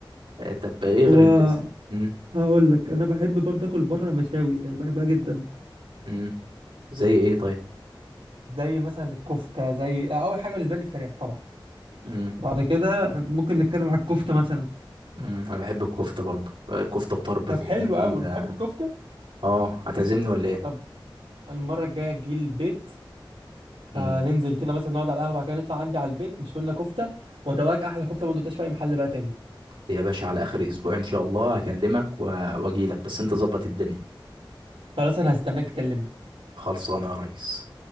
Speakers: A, on the right; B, on the right.
A: آه، طب ايه غير
B: هو
A: البيتزا امم
B: هقول لك انا بحب برضه اكل بره مشاوي يعني بحبها جدا
A: امم زي ايه طيب
B: زي مثلا الكفته زي اول حاجه بالنسبه لي الفراخ طبعا
A: امم
B: بعد كده ممكن نتكلم على الكفته مثلا
A: امم انا بحب الكفته برضه الكفته وطرب
B: طب
A: الاتنين
B: حلو قوي
A: بقى
B: بتحب الكفته
A: اه هتعزمني ولا ايه
B: طب المره الجايه تجي البيت
A: امم
B: آه ننزل كده مثلا نقعد على القهوه بعد كده نطلع عندي على البيت نشوي لنا كفته وادوقك احلى كفته ما دوقتهاش في اي محل بقى تاني
A: يا باشا على اخر اسبوع ان شاء الله هكلمك و... واجيلك بس انت ظبط الدنيا
B: خلاص انا هستناك تكلمني
A: خلصانه يا ريس